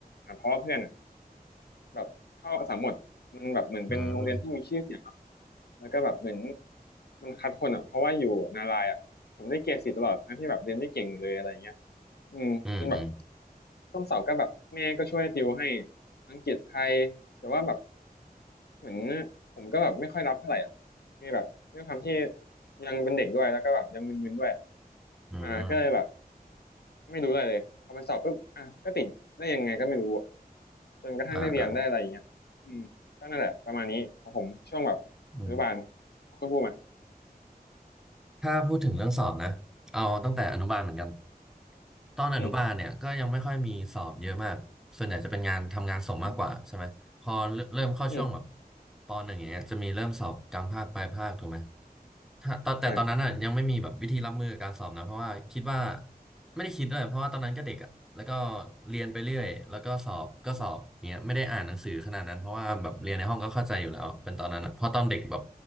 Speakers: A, on the left (about 85°); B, in the centre.
A: อ่ะเพราะว่าเพื่อนอ่ะแบบเข้าสามหมดมันแบบเหมือนเป็นโรงเรียนที่มีชื่อเสียงเนอะ
B: อืม
A: แล้วก็แบบเหมือนมันคัดคนอ่ะเพราะว่าอยู่นารายอ่ะผมได้เกรดสี่ตลอดทั้งที่แบบเรียนไม่เก่งเลยอะไรเงี้ย อืมจนแบบ
B: อืมอืม
A: ต้นเสาร์ก็แบบแม่ก็ช่วยติวให้อังกฤษไทยแต่ว่าแบบเหมือนผมก็แบบไม่ค่อยรับเท่าไหร่อ่ะคือแบบด้วยความที่ยังเป็นเด็กด้วยแล้วก็แบบยังมึนๆด้วย
B: อืม
A: อ่าก็เลยแบบไม่รู้อะไรเลยพอไปสอบปุ๊บอ่ะก็ติดได้ยังไงก็ไม่รู้จนกระทั่งได้เรียนได้อะไรอย่างเงี้ยอืมก็นั่นแหละประมาณนี้ของผมช่วงแบบอนุบาล
B: อ่าอ่าอืม
A: คุณพูดมา
B: ถ้าพูดถึงเรื่องสอบนะ เอาตั้งแต่อนุบาลเหมือนกัน ตอนอนุบาลเนี่ยก็ยังไม่ค่อยมีสอบเยอะมากส่วนใหญ่จะเป็นงานทำงานส่งมากกว่าใช่ไหมพอเริ่มเริ่มเข้าช่วงแบบ
A: อืมอืมอืม
B: ปหนึ่งอย่างเงี้ยจะมีเริ่มสอบกลางภาคปลายภาคถูกไหมถ้าตอนแต่ตอนนั้นอ่ะยังไม่มีแบบวิธีรับมือกับการสอบนะเพราะว่าคิดว่า
A: อ่า
B: ไม่ได้คิดด้วยเพราะว่าตอนนั้นก็เด็กอ่ะแล้วก็เรียนไปเรื่อยแล้วก็สอบก็สอบเงี้ยไม่ได้อ่านหนังสือขนาดนั้นเพราะว่าแบบเรียนในห้องก็เข้าใจอยู่แล้วเป็นตอนนั้นอะเพราะตอนเด็กแบบ